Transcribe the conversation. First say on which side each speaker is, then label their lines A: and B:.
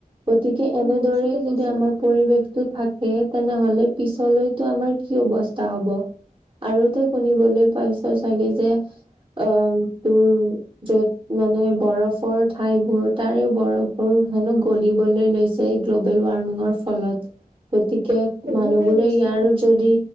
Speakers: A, on the right (about 35°); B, on the right (about 85°).
A: গতিকে
B: অ
A: এনেদৰেই
B: ঠিকে কৈছ
A: যদি আমাৰ পৰিৱেশতটো থাকে। তেনেহলে পিছলৈতো আমাৰ কি অৱস্থা হব। আৰু তই শুনিবলৈ পাইছ চাগে যে অ, তোৰ য'ত মানে বৰফৰ ঠাইবোৰ তাৰে বৰফবোৰ হেনো গলিবলৈ লৈছে এই গ্ল'বেল ৱাৰ্মিঙৰ ফলত গতিকে
B: কলিবই
A: মানুহবোৰে
B: দেচোন
A: ইয়াৰ যদি